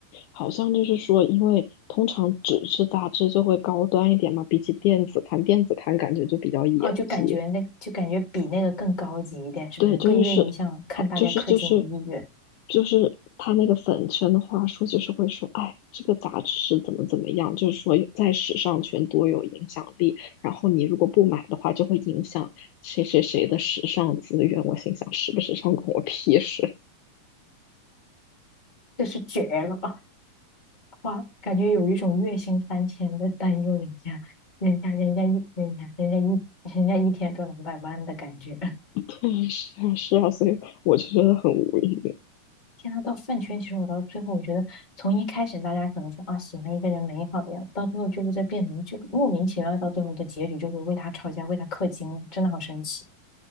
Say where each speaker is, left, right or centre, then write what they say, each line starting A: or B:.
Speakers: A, on the left (about 80°); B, on the left (about 15°).
A: 好像就是说，因为通常纸质杂志就会高端一点嘛，比起电子刊，电子刊感觉就比较野鸡。
B: 哦，就感觉那就感觉比那个更高级一点，是不是？
A: 对，就是是，
B: 更愿意像看大家氪金的意愿，
A: 他就是就是就是他那个粉圈的话术，就是会说，哎，这个杂志是怎么怎么样，就是说有在时尚圈多有影响力，然后你如果不买的话，就会影响谁谁谁的时尚资源。我心想，时不时尚关我屁事。
B: 这是绝了！哇，感觉有一种月薪三千在担忧人家，人家人家一人家人家一人家一天赚两百万的感觉。
A: <laughs> 对，是啊，是啊，所以我就觉得很无语。
B: 天呐，到饭圈，其实我到最后，我觉得从一开始大家可能说啊喜欢一个人美好的样子，到最后就会在变成就莫名其妙，到最后的结局就会为他吵架，为他氪金了，真的好神奇！